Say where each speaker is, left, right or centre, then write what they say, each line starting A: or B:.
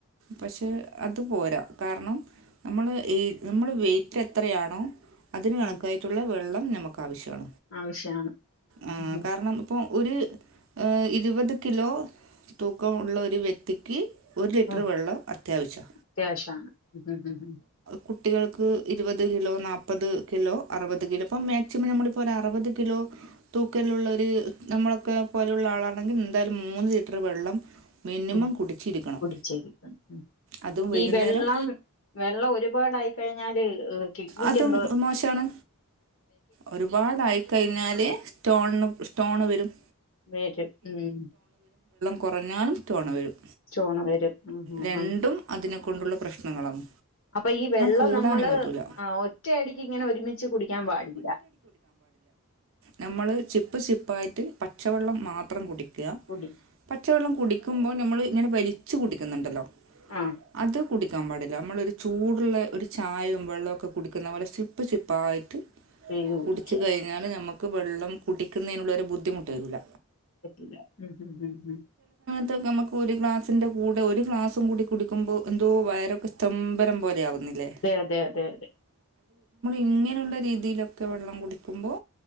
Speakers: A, on the right (about 60°); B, on the left (about 60°).
A: പക്ഷെ അത് പോരാ കാരണം നമ്മള് ഈ നമ്മള് വെറ്റ് എത്രയാണോ അതിന് കണക്കായിട്ടുള്ള
B: ഉം
A: വെള്ളം നമ്മക്കാവിശ്യാണ്
B: ആവശ്യാണ്
A: ആ
B: ഉം ഉം
A: കാരണം പ്പൊ ഓര് ഏ ഇരുപത് കിലോ തൂക്കമുള്ള ഒര് വ്യക്തിക്ക് ഒരു ലിറ്റ്റ്
B: ഉം
A: വെള്ളം അത്യാവിശ്യ
B: അത്യാവശ്യാണ് ഉം ഉം ഉം
A: കുട്ടികൾക്ക് ഇരുപത് കിലോ നാപത് കിലോ അറുപത് കിലോ ഇപ്പോം മാക്സിമം നമ്മളിപ്പോരു അറുപത് കിലോ തൂക്കലുള്ളൊര് നമ്മളൊക്കെ പോലുള്ള ആളാണെങ്കി ന്താലും മൂന്ന് ലിറ്റ്റ് വെള്ളം മിനിമം
B: കുടിക്കും
A: കുടിച്ചിരിക്കണം
B: കുടിച്ചിരിക്കണം
A: അതും വൈകുന്നേരം
B: ഈ വെള്ളം വെള്ളം ഒരുപാടായി കഴിഞ്ഞാല് ഈ കിഡ്നിക്കെന്തോ
A: അതും മോശമാണ് ഒരുപാടായി കഴിഞ്ഞാല് സ്റ്റോണ് സ്റ്റോണ് വരും
B: വരും ഉം
A: കൊറഞ്ഞാലും സ്റ്റോണ് വരും
B: ചോണ് വരും ഉം ഉം
A: രണ്ടും
B: ഉം
A: അതിനെ കൊണ്ടുള്ള പ്രശ്നങ്ങളാണ്
B: അപ്പൊ ഈ വെള്ളം
A: കൂടാനും
B: നമ്മള്
A: പറ്റില്ല
B: ആ ഒറ്റയടിക്ക് ഇങ്ങനെ ഒരുമിച്ച് കുടിക്കാൻ പാടില്ലാ
A: നമ്മള് ചിപ്പ് ശിപ്പായിട്ട് പച്ചവെള്ളം മാത്രം കുടിക്ക
B: കുടി
A: പച്ചവെള്ളം കുട് ക്കുമ്പോ നമ്മള് ഇങ്ങനെ വലിച്ച് കുടിക്കുന്നുണ്ടല്ലോ
B: ആ
A: അത് കുടിക്കാൻ പാടില്ല നമ്മളൊരു ചൂട്ള്ള ഒരു ചായയും വെള്ളവൊക്കെ കുടിക്കുന്ന പോലെ ശിപ്പ് ശിപ്പായി
B: ചെയ്ത് കുടിക്കുക
A: കുടിച്ച് കഴിഞ്ഞാല് ഞമ്മക്ക് വെള്ളം കുടിക്കുന്നെനുള്ളൊരു ബുദ്ധിമുട്ടരൂല്ല.
B: പറ്റൂല ഉം ഉം ഉ ഉ
A: അതൊക്കെ മ്മക്ക് ഒരുഗ്ലാസിന്റെ കൂടെ ഒരു ഗ്ലാസുംകൂടി കുടിക്കുമ്പോ എന്തോ വയറൊക്കെ സ്തംഭനംപോലെ തെ ആവുന്നില്ലേ.
B: അതെ അതെ അതെ.
A: ഇങ്ങനുള്ള രീതിയിലൊക്കെ വെള്ളം കുടിക്കുമ്പോ